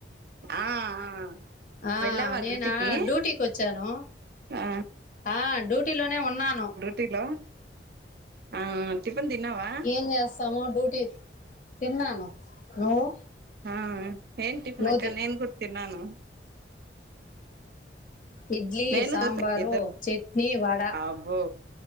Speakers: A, on the right; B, on the left.
A: ఆ ఆ
B: ఆ
A: వెళ్ళావా
B: నేనా
A: డ్యూటీకి
B: డ్యూటీకి వచ్చాను
A: ఆ
B: ఆ డ్యూటీలోనే ఉన్నాను
A: పిలా ఆ టిఫన్ తిన్నావా
B: ఏం చేస్తాము డ్యూటీ తిన్నాను నువ్వు
A: ఆ ఏమ్ టిఫిన్
B: నువ్వు
A: అక్క
B: తి
A: నేన్ గూడా తిన్నాను
B: ఇడ్లీ
A: నేను
B: సాంబారు
A: దోస ఇద్దరు
B: చట్నీ వడా
A: అబ్బో